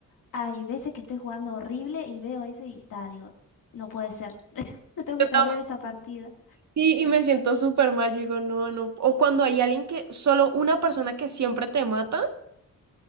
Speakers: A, on the left (about 75°); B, on the right (about 60°).
A: hay veces que estoy jugando horrible y veo eso y está, digo, no puede ser, <laughs> me tengo que
B: Yo
A: salir
B: tam-
A: de esta partida.
B: Sí, y me siento súper mal, yo digo, no, no. O cuando hay alguien que, solo una persona que siempre te mata,